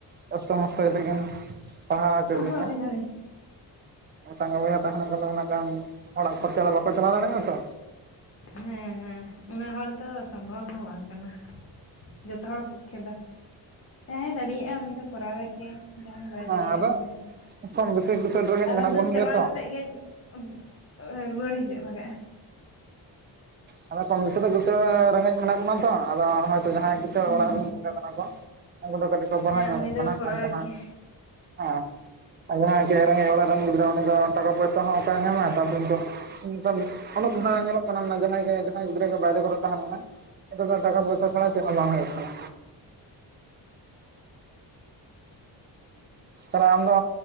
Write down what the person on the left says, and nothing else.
ᱦᱳᱭ ᱦᱳᱭ
ᱦᱮᱸ ᱦᱮᱸ ᱩᱱᱟᱹᱜ ᱦᱚᱲ ᱫᱚ ᱥᱚᱢᱵᱷᱚᱵ ᱦᱚᱸ ᱵᱟᱝ ᱠᱟᱱᱟ᱾ ᱡᱚᱛᱚ ᱦᱚᱲ ᱯᱚᱠᱠᱷᱮ ᱫᱚ, ᱡᱟᱦᱟᱸᱭ ᱫᱟᱲᱮᱭᱟᱜᱼᱟᱭ ᱩᱱᱤ ᱫᱚ ᱠᱚᱨᱟᱣᱮᱫ ᱜᱮᱭᱟᱭ᱾ ᱡᱟᱦᱟᱸᱭ ᱵᱟᱭ
ᱫᱟᱲᱮᱭᱟᱜᱼᱟ
ᱩᱱᱤ ᱫᱚ,
ᱟᱫᱷᱟ
ᱫᱩᱨ
ᱪᱟᱞᱟᱣ
ᱠᱟᱛᱮᱜ ᱜᱮᱼᱼ ᱟᱹᱵᱷ ᱨᱩᱣᱟᱹᱲ ᱦᱤᱡᱩᱜ ᱞᱟᱜᱟᱜᱼᱟ᱾
ᱦᱩᱸ
ᱦᱮᱸ
ᱩᱱᱤ
ᱫᱚ ᱠᱚᱨᱟᱣᱮᱫ
ᱜᱮᱭᱟᱭ
ᱦᱩᱸ
ᱩᱸ <unintelligible>